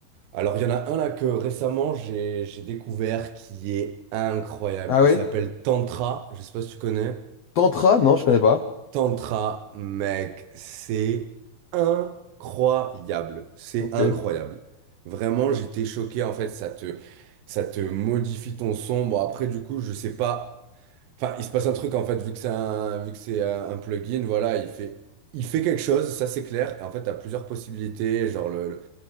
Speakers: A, on the right (about 80°); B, on the left (about 70°).
A: Alors, il y en a un là que récemment j'ai j'ai découvert qui est incroyable.
B: Ah ouais?
A: Il s'appelle Tantra. Je sais pas si tu connais.
B: Tantra? Non, je connais pas.
A: Tantra, mec, c'est incroyable. C'est
B: Ok.
A: incroyable. Vraiment, j'étais choqué. En fait, ça te, ça te modifie ton son. Bon, après, du coup, je sais pas. Enfin, il se passe un truc, en fait, vu que c'est un, vu que c'est un un plugin, voilà, il fait, il fait quelque chose, ça c'est clair. Et en fait, t'as plusieurs possibilités. Genre, le, le